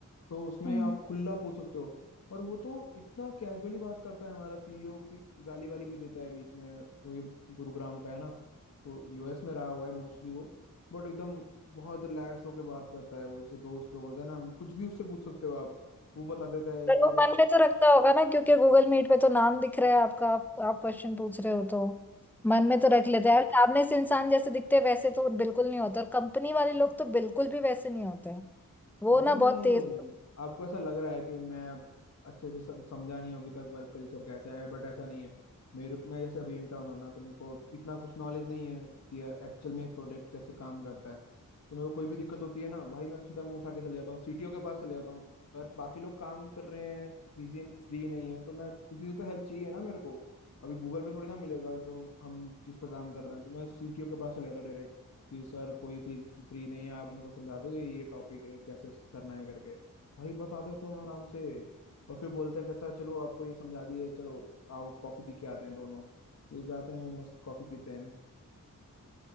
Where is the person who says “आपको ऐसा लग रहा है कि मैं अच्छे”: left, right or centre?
Left